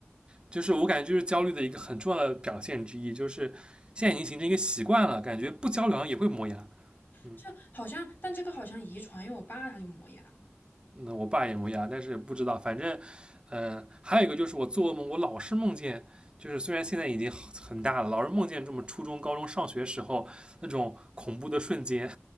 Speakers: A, on the right; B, on the left.
A: 就是我感觉就是焦虑的一个很重要的表现之一，就是现在已经形成一个习惯了，感觉不焦虑好像也会磨牙。嗯。
B: 这好像，但这个好像遗传，因为我爸他就磨牙。
A: 那我爸也磨牙，但是不知道，反正，呃，还有一个就是我做噩梦，我老是梦见，就是虽然现在已经很大了，老是梦见这么初中、高中上学时候那种恐怖的瞬间，